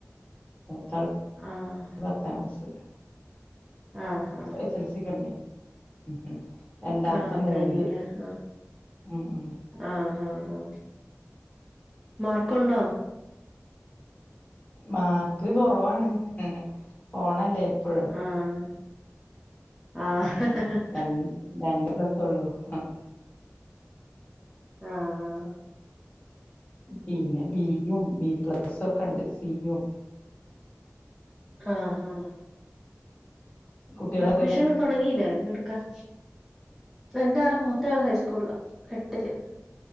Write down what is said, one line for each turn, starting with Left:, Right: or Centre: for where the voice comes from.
Left: മൂത്താള്
Centre: ആഹ്
Left: പത്താംക്ലസില്
Centre: ആഹ് ഹ
Left: എസ് എൽ സി കഴിഞ്ഞു ഉം രണ്ടാമത്തെ
Centre: ആഹ്
Left: മൂന്നില്
Centre: കഴിഞ്ഞൂലേ ആഹ്
Left: ഉം ഉം ഉം
Centre: ആഹ് ആഹ് ആഹ് മാർക്കുണ്ടോ
Left: മാർക്ക് കുറവാണ് ഫോണല്ലേ എപ്പഴും
Centre: ആഹ് ആഹ്
Left: ഉം
Centre: ആഹ്
Left: ര രണ്ട് പ്ലസ്സൊള്ളു ഉം
Centre: ആഹാ
Left: പിന്നെ ബിയും ബി പ്ലസ്സൊക്കെണ്ട് സിയും
Centre: ആഹാ
Left: കുട്ടികള്
Centre: അഡ്മിഷൻ
Left: എത്രയിലാ
Centre: തുടങ്ങില്ലേ എടുക്കാൻ എന്റെയാള് മൂത്തയാള് ഹൈസ്കൂളില എട്ടില്